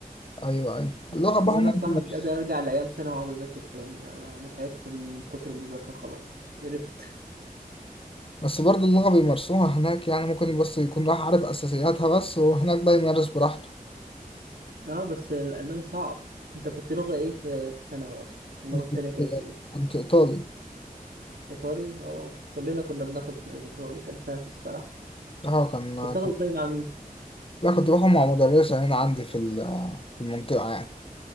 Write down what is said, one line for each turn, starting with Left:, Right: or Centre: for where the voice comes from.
Left: ايوه ايوه
Right: بس
Left: اللغه بقى
Right: وانا
Left: هم
Right: الصراحه
Left: بيمارسوا
Right: مش قادر ارجع لايام سنه واقعد اذاكر تاني انا أنا تعبت من كتر المذاكره خلاص قرفت
Left: بس برضه اللغه بيمارسوها هناك يعني ممكن بس يكون راح عارف اساسياتها بس وهناك بقى يمارس براحته
Right: اه بس الالماني صعب انت كنت لغه ايه في في ثانوي اصلا اللغه
Left: أنا كنت
Right: التانيه كانت ايه
Left: كنت ايطالي
Right: ايطالي اه كلنا كنا بناخد ايطالي كان سهل الصراحه
Left: اه كان
Right: كنت تاخد
Left: كان
Right: ايطالي مع مين
Left: لا كنت باخد مع مدرسه هنا عندي في ال- في المنطقه يعني